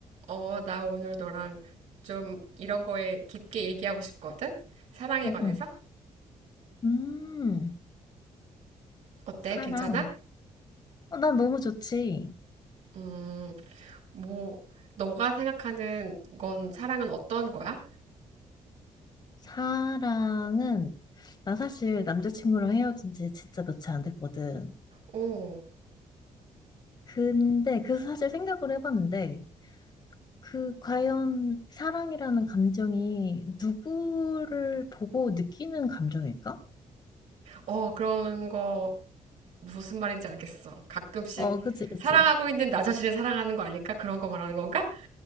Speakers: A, on the right; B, on the left.
A: 어, 나 오늘 너랑 좀 이런 거에 깊게 얘기하고 싶거든? 사랑에
B: 어,
A: 관해서?
B: 어. 음,
A: 어때?
B: 사랑.
A: 괜찮아?
B: 어, 난 너무 좋지.
A: 음, 뭐, 너가 생각하는 건 사랑은 어떤 거야?
B: 사랑은, 나 사실 남자친구랑 헤어진 지 진짜 며칠 안 됐거든.
A: 오,
B: 근데 그 사실 생각을 해봤는데, 그 과연 사랑이라는 감정이 누구를 보고 느끼는 감정일까?
A: 어, 그런 거 무슨 말인지 알겠어. 가끔씩
B: 어, 그치, 그치.
A: 사랑하고 있는 나 자신을 사랑하는 거 아닐까? 그런 거 말하는 건가?